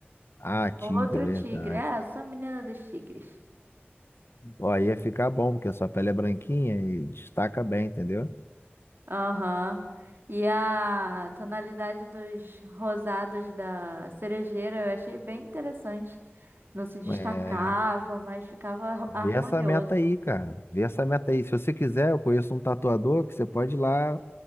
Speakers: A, on the left; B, on the right.
A: Ah, tigre,
B: outro
A: é verdade.
B: tigre. É, eu sou a menina dos tigres.
A: Ó, aí ia ficar bom, porque a sua pele é branquinha e destaca bem, entendeu?
B: Aham. E a tonalidade dos rosados da cerejeira eu achei bem interessante. Não se destacavam,
A: É,
B: mas ficava harmonioso.
A: vê essa meta aí, cara. Vê essa meta aí. Se você quiser, eu conheço um tatuador que você pode ir lá,